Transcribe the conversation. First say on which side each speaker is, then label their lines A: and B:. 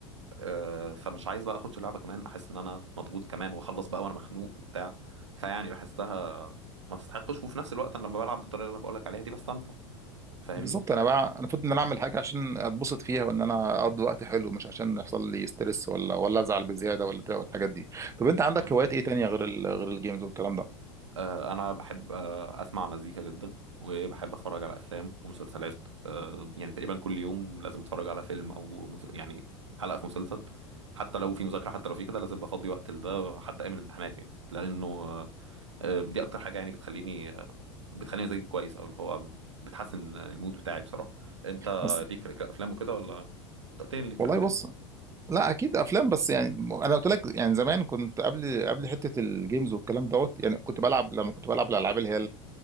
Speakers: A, on the right; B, on the right.
A: آه، فمش عايز بقى اخش اللعبه كمان احس ان انا مضغوط كمان واخلص بقى وانا مخنوق وبتاع فيعني بحسها ما تستحقش وفي نفس الوقت أنا لما بلعب بالطريقه اللي انا بقولك عليها دي بستمتع فاهمني
B: بالظبط انا بقى انا المفروض ان انا اعمل حاجه عشان اتبسط فيها وان انا اقضي وقت حلو مش عشان يحصل لي ستريس ولا ولا ازعل بزياده ولا بتاع والحاجات دي طب انت عندك
A: فاهمك
B: هوايات ايه تانية غير ال... غير الجيمز والكلام ده
A: آه، انا بحب آه، اسمع مزيكا جدا وبحب اتفرج على افلام ومسلسلات آه، يعني تقريبا كل يوم لازم اتفرج على فيلم او مس- يعني حلقه في مسلسل حتى لو في مذاكره حتى لو في كده لازم بفضي وقت لده حتى ايام الامتحانات يعني لانه آه، آه، دي اكتر حاجه يعني بتخليني آه، بتخليني مزاجي كويس او اللي هو بتحسن المود بتاعي بصراحه انت
B: بس
A: ليك في الافلام وكده ولا أنت قلت لي إن ليك في
B: والله
A: الافلام
B: بص لا اكيد افلام بس يعني م- انا قلت لك يعني زمان كنت قبل قبل حته الجيمز والكلام دوت يعني كنت بلعب لما كنت بلعب الالعاب اللي هي